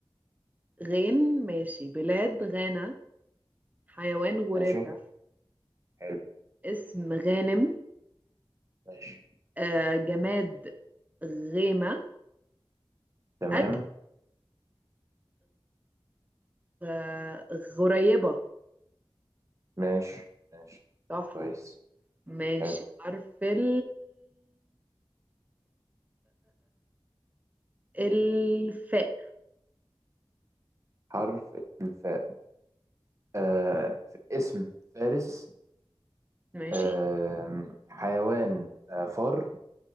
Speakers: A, on the right (about 15°); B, on the right (about 35°).
A: غين ماشي بلاد غانا حيوان غوريلا
B: ماشي حلو
A: اسم غانم
B: ماشي
A: آه جماد غيمه
B: تمام
A: اكل غ- غريبه
B: ماشي ماشي
A: تحفه
B: كويس
A: ماشي
B: حلو
A: حرف ال الفاء
B: حرف الفاء آه اسم فارس
A: ماشي
B: آم، حيوان آه فار